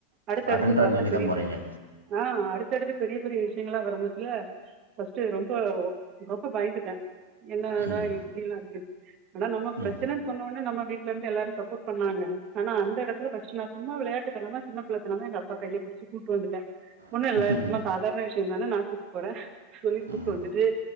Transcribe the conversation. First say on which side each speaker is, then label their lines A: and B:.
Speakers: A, on the right; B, on the right.
A: அடுத்தடுத்து
B: அட்டண்டராக
A: பாத்தா
B: நீங்கள்
A: பெரிய
B: தான் போகிறீங்க
A: பெரிய ஆ அடுத் து பெரிய பெரிய விஷயங்களா வரும்மோசல பர்ஸ்ட்டு ரொம்ப ரொம்ப பயந்துட்டே என்னாடா
B: ம்
A: எப்டிலா இருக்கு ஆனா நம்ம பிரச்சனன்னு
B: ம்
A: சொன்ன ஒடனே நம்ம வீட்ல இருந்து எல்லாரு சப்போட் பண்ணாங்க ஆனா அந்த எடத்துல கஷ்டமாருக் சும்மா விளையாட்டுத்த தனமா சின்ன பிள்ளத்தனம்மா எங்க அப்பா கையபுடிச்சி கூட்டு வந்துட்ட ஒண்ணு
B: ம்
A: இல்ல சாதாரண விஷயந்தானே நா கூப்ட்டு போறே சொல்லி கூப்ட்டு
B: ம்
A: வந்துட்டு